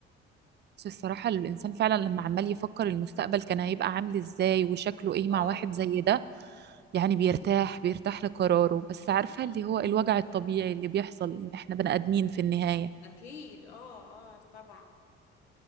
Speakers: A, on the right; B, on the left.
A: بس الصراحه الانسان فعلا لما عمال يفكر المستقبل كان هيبقى عامل ازاي وشكله ايه
B: اه
A: مع واحد زي ده يعني بيرتاح بيرتاح لقراره بس عارفه اللي هو الوجع الطبيعي اللي بيحصل ان احنا بني ادمين في النهايه
B: اكيد اه اه طبعا